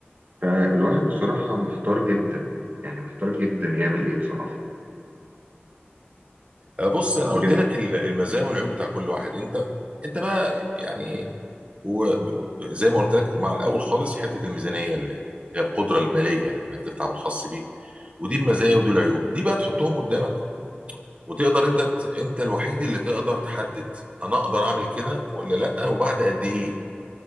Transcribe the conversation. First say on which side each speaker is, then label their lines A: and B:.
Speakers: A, on the right; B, on the right.
A: فالواحد بصراحة محتار جدا يعني محتار جدا يعمل ايه بصراحة
B: بص انا
A: بجد
B: قلت لك ال- المزايا والعيوب بتاع كل واحد انت انت بقى يعني وزي ما قلت لك مع الاول خالص حته الميزانيه اللي هي القدره الماليه انك تفتح عمل خاص بيك ودي المزايا ودي العيوب دي بقى تحطهم قدامك وتقدر انت ت- انت الوحيد اللي تقدر تحدد انا اقدر اعمل كده ولا لا وبعد قد ايه